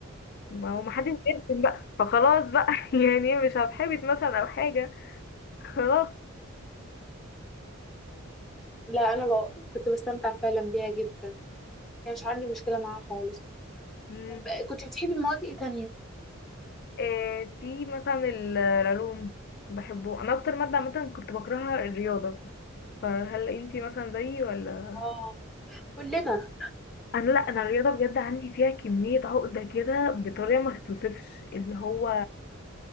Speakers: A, on the left; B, in the centre.
A: ما هو محدش بيرسم بقى فخلاص بقى <laughs> يعني مش هتحبط مثلا او حاجة خلاص
B: لا أنا بق- كنت بستمتع فعلا بيها جدا ما كانش عندي مشكلة معاها خالص
A: <laughs>
B: طب كنت بتحبي مواد ايه تانية
A: آه، في مثلا ال- العلوم بحبه انا اكتر ماده عامه كنت بكرهها الرياضه فهل انتي مثلا زيي ولا
B: اه كلنا
A: انا لا انا الرياضه بجد عندي فيها كميه عقده كده بطريقه ما تتوصفش اللي هو